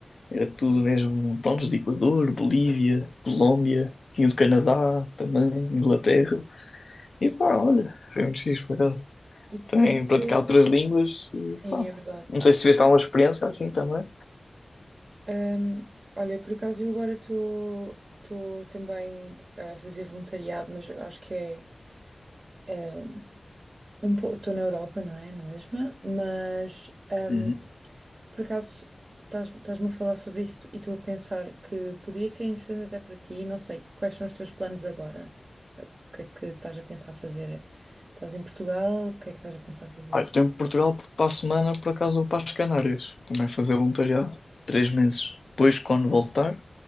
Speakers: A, on the left (about 65°); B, on the right (about 50°).
A: Era tudo
B: Sim.
A: mesmo, pronto, de Equador, Bolívia, Colômbia, tinha do Canadá também, Inglaterra. E pá, olha, foi muito fixe por acaso.
B: E o
A: Também
B: que é que...
A: praticar outras línguas e
B: Sim,
A: pá.
B: é verdade.
A: Não sei se tiveste alguma experiência assim também.
B: Hum, olha, por acaso eu agora estou estou também a fazer voluntariado, mas eu acho que é, é um pouco... Estou na Europa, não é? Na mesma? Mas hum,
A: Uhum.
B: Por acaso, estás- estás-me a falar sobre isto e estou a pensar que poderia ser interessante até para ti. Não sei, quais são os teus planos agora? O que é que estás a pensar fazer? Estás em Portugal? O que é que estás a pensar fazer?
A: Ah, eu estou em Portugal porque para a semana, por acaso, vou para as Canárias. Também fazer voluntariado. Três meses. Depois, quando voltar,